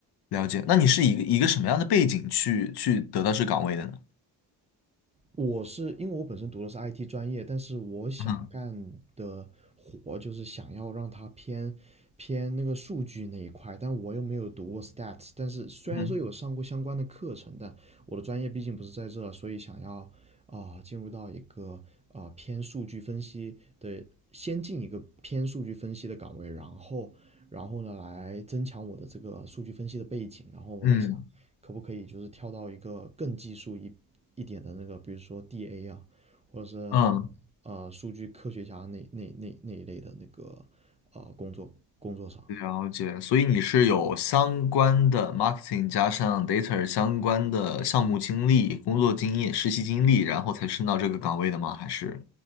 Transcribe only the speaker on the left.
了解。那你是以一个什么样的背景去去得到这岗位的呢？
嗯
嗯
嗯
嗯，
了解。所以你是有相关的 marketing 加上 data 相关的项目经历、工作经验、实习经历，然后才升到这个岗位的吗？还是？